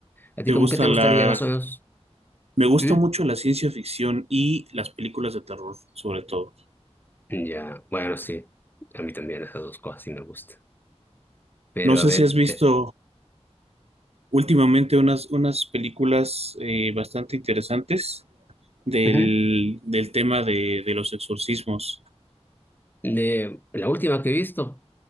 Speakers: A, on the left; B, on the right.
A: ¿A ti
B: ¿Te
A: como
B: gusta
A: qué te gustaría
B: la...
A: más o menos?
B: Me gusta
A: ¿Mm?
B: mucho la ciencia ficción y las películas de terror, sobre todo.
A: Ya, bueno, sí. A mí también esas dos cosas sí me gustan. Pero
B: No
A: a
B: sé
A: ver,
B: si has visto
A: te...
B: últimamente unas, unas películas eh, bastante interesantes del,
A: Ujú.
B: del tema de, de los exorcismos.
A: De la última que he visto,